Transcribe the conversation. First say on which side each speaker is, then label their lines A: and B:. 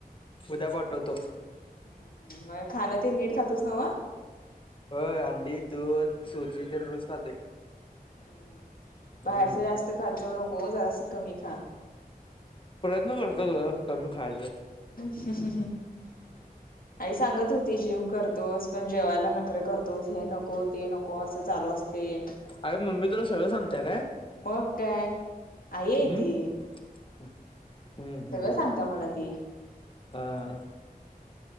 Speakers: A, on the left (about 35°); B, on the left (about 65°).
A: उद्या पाठवतो.
B: होय मग खाणं ते नीट खातोच नव्ह?
A: होय अंडी, दूध, सुजी तेन रोज खातोय.
B: हम्म,
A: हम्म
B: बाहेरच जास्त खात जाऊ नको जरासं कमी खा.
A: प्रयत्न करतो गं कमी खायचं.
B: <inaudible>
A: हम्म.
B: आई सांगत होती जिम करतोस पण जेवायला नखर करतोस हे न को ते नको असं चालू असतंय.
A: अरे मम्मी तुला सगळं सांगत्या काय?
B: मग काय आई
A: हम्म.
B: आहे ती.
A: हम्म हम्म
B: सगळं
A: हम्म
B: सांगत्या मला ती
A: हा.